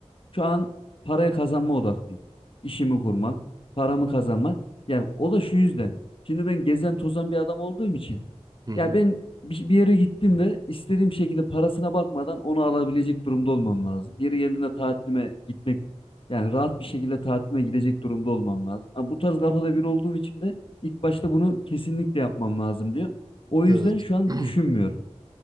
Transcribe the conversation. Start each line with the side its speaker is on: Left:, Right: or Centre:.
Left: Şu an parayı kazanma odaklıyım. İşimi kurmak, paramı kazanmak. Yani o da şu yüzden. Şimdi ben gezen tozan bir adam olduğum için.
Right: Hı hı.
Left: Ya ben bir bir yere gittim de istediğim şekilde parasına bakmadan onu alabilecek durumda olmam lazım. Yeri geldiğinde tatilime gitmek yani rahat bir şekilde tatilime gidecek durumda olmam lazım. Ama bu tarz kafada biri olduğum için de ilk başta bunu kesinlikle yapmam lazım diyor. O yüzden
Right: Evet.
Left: şu an
Right: <clears throat>
Left: düşünmüyorum.